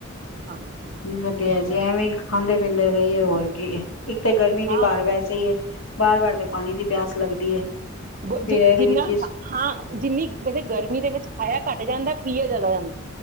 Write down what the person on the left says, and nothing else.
ਵਧੀਆ ਜੇ ਐਵੇਂ ਖਾਂਦੇ ਪੀਂਦੇ ਰਹੀਏ ਹੋਰ ਇੱਕ ਤਾਂ ਗਰਮੀ ਦੀ
ਬਾਰ ਵੈਸੇ ਹੀ ਹੈ ਵਾਰ ਵਾਰ ਤੇ ਪਾਣੀ ਦੀ ਪਿਆਸ ਲੱਗਦੀ ਹੈ
ਫਿਰ
ਇਹਦੇ
ਵਿੱਚ